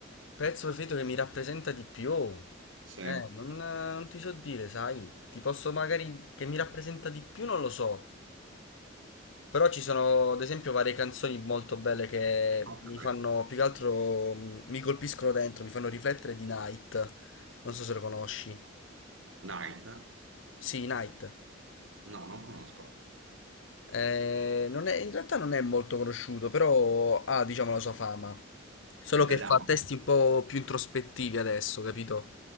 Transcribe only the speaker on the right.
Sì.
Ok.
Night?
No, non conosco.
È italiano?